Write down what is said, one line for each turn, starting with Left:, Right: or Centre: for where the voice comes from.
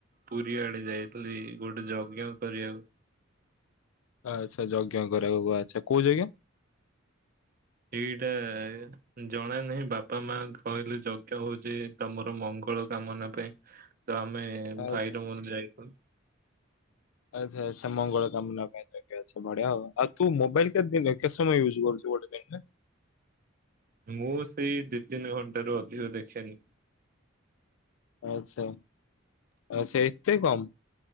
Right: ପୁରୀ ଆଡେ ଯାଇଥିଲି ଗୋଟେ ଯଜ୍ଞ କରିଆକୁ।
Left: ଆଚ୍ଛା ଯଜ୍ଞ କରିଆକୁ, ଆଚ୍ଛା କୋଉ ଜଜ୍ଞ?
Right: ଏଇଟା ଏ ଜଣା ନାହିଁ ବାପା ମା କହିଲେ ଯଜ୍ଞ ହଉଚି ତମର ମଙ୍ଗଳ କାମନା ପାଇଁ। ତମେ
Left: ଆଚ୍ଛା।
Right: ଭାଇର ମୋର ଯାଇଥିଲୁ।
Left: ଆଚ୍ଛା-ଆଚ୍ଛା ମଙ୍ଗଳ କାମନା ପାଇଁ ଯଜ୍ଞ। ଆଚ୍ଛା ବଢ଼ିଆ ଆଉ, ଆଉ ତୁ ମୋବାଇଲ୍ କେତେଦିନ୍ କେତେ ସମୟ ୟୁଜ୍ କରୁଚୁ ଗୋଟେ ଦିନରେ?
Right: ମୁଁ ସେଇ ଦି ତିନି ଘଣ୍ଟାରୁ ଅଧିକ ଦେଖେନି।
Left: ଆଚ୍ଛା-ଆଚ୍ଛା ଏତେ କମ୍।